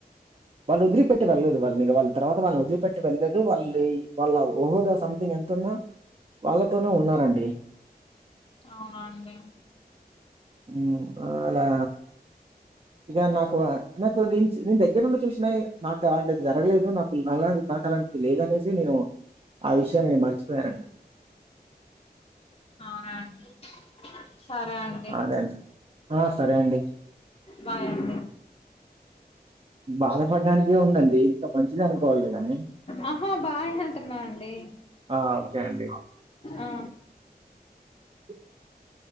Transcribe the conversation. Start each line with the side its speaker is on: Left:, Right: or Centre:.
Right: వాళ్లని వదిలిపెట్టలేదు వాళ్లు వేరే వాళ్లు తర్వాత వాళ్ళు వదిలిపెటి వెళ్లేదు వాళ్ళ వాళ్ళ ఓహోదా సంథింగ్ ఎంతతున్నా వాళ్ళతోనే ఉన్నారండి
Left: అవునండి
Right: ఉమ్మ్ అలా <unintelligible> నాకు నాకు నేను దగ్గర నుండి చూసిన నాకు అలాంటిది జరగలేదు నాకు ఇవ్వాల నాకు అలాంటిది లేదనేసి నేను ఆ విషయాన్ని నేను మర్చిపోయానండి
Left: అవునా అండి సరే అం
Right: <unintelligible> ఆ సరే అండి
Left: బాయ్ అం
Right: బాధపడడానికి ఏముందండి ఇంకా మంచిది అనుకోవాలి కాని
Left: ఆహా బాయ్ అంటున్నా అండి
Right: ఆ ఓకే అండి
Left: ఆ
Right: <inaudible>